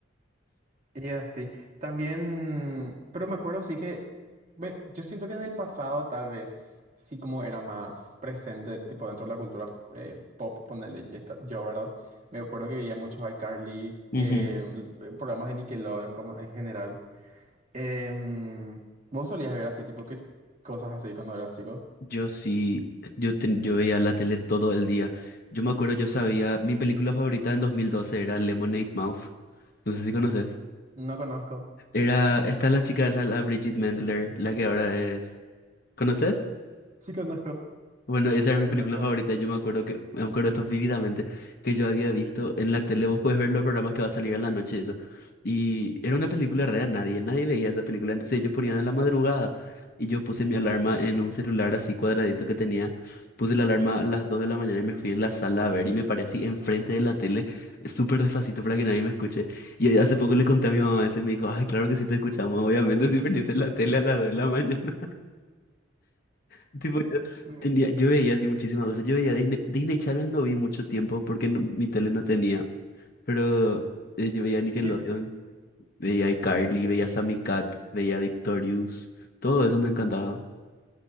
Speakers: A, on the right; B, on the left.
A: Y así, también, pero me acuerdo sí que, ve, yo siento que en el pasado tal vez sí como era más presente, tipo dentro de la cultura eh, pop, ponerle yo, ¿verdad? Me acuerdo que veía muchos iCarly,
B: Ujú.
A: eh, p- programas de Nickelodeon como en general. Em, ¿vos solías ver así, tipo, qué cosas así cuando eras chico?
B: Yo sí, yo, ten- yo veía la tele todo el día. Yo me acuerdo, yo sabía, mi película favorita en 2012 era Lemonade Mouth. No sé si conoces.
A: No conozco.
B: Era, está la chica esa, la Bridget Mendler, la que ahora es. ¿Conoces?
A: Sí conozco,
B: Bueno, esa es mi
A: conozco.
B: película favorita. Yo me acuerdo que, me acuerdo esto vívidamente, que yo había visto en la tele, vos puedes ver los programas que va a salir a la noche, eso. Y era una película real, nadie, nadie veía esa película. Entonces yo ponía de la madrugada y yo puse mi alarma en un celular así cuadradito que tenía. Puse la alarma a las 2 de la mañana y me fui en la sala a ver y me paré así enfrente de la tele, eh, súper despacito para que nadie me escuche. Y hace poco le conté a mi mamá eso y me dijo, ay, claro que sí te escuchamos, obviamente <laughs> si prendiste la tele a las 2 de la mañana. <laughs>
A: Mm.
B: Tenía, yo veía así muchísimas cosas. Yo veía Disney, Disney Channel no vi mucho tiempo porque no- mi tele no tenía. Pero eh, yo veía Nickelodeon,
A: ¿Qué-
B: veía iCarly, veía Sammy Cat, veía Victorious. Todo eso me encantaba.